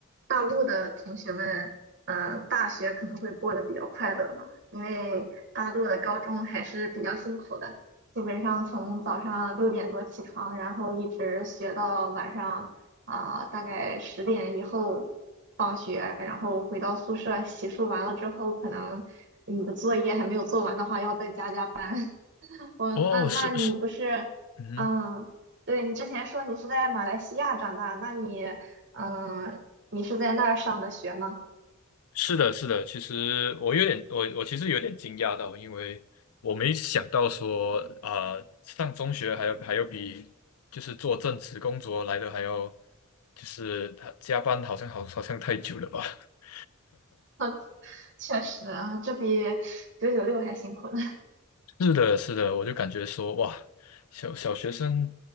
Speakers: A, on the right (about 55°); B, on the left (about 85°).
A: 大陆的同学们，嗯，大学可能会过得比较快乐吧，因为大陆的高中还是比较辛苦的，基本上从早上六点多起床，然后一直学到晚上啊，大概十点以后放学，然后回到宿舍洗漱完了之后，可能你的作业还没有做完的话，要再加加班。我那那你不是，
B: 哦，是是，嗯。
A: 嗯，对你之前说你是在马来西亚长大，那你嗯，你是在那儿上的学吗？
B: 是的，是的，其实我有点，我我其实有点惊讶到，因为我没想到说，啊、上中学还有还有比就是做正职工作来的还要，就是他加班好像好好像太久了吧？<laughs>
A: <laughs> 确实啊，这比九九六还辛苦呢。<laughs>
B: 是的，是的，我就感觉说，哇，小小学生